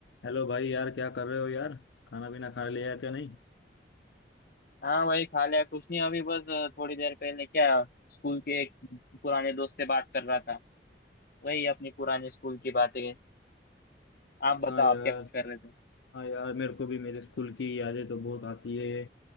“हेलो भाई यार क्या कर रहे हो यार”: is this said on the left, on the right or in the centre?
Left